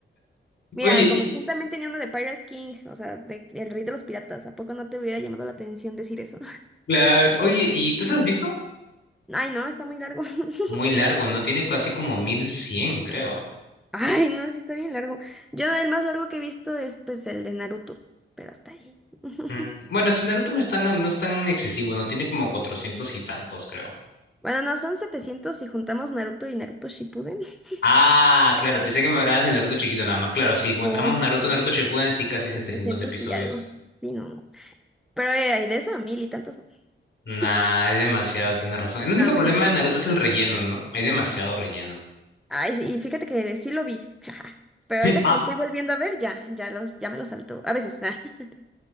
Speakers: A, in the centre; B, on the left.
A: Mira,
B: Oye,
A: como
B: y,
A: tú también tenía uno de Pirate King, o sea, de, el rey de los piratas, ¿a poco no te hubiera llamado la atención decir eso?
B: claro, Oye, ¿y tú lo has visto?
A: Ay, no, está muy largo. <laughs>
B: Muy largo, ¿no? Tiene casi como 1100, creo.
A: Ay, no, sí está bien largo. Yo el más largo que he visto es pues el de Naruto, pero hasta ahí. <laughs>
B: Mm. Bueno, si Naruto no es tan, no es tan excesivo, ¿no? Tiene como 400 y tantos, creo.
A: Bueno, no, son 700 si juntamos Naruto y Naruto Shippuden. <laughs>
B: Ah, claro, pensé que me hablabas del Naruto chiquito nada más. Claro, si contamos
A: No,
B: Naruto,
A: sí,
B: Naruto Shippuden, sí, casi 700
A: 700
B: episodios.
A: y algo. Sí, no. Pero eh, hay de eso a mil y tantos, ¿no?
B: Nah,
A: <laughs>
B: es demasiado, tiene razón. El único
A: A ver.
B: problema de Naruto es el relleno, ¿no? Hay demasiado relleno.
A: Ay, sí, y fíjate que sí lo vi. <laughs> Pero ahorita
B: Ah,
A: que lo estoy volviendo a ver, ya, ya los, ya me lo salto. A veces. ah. <laughs>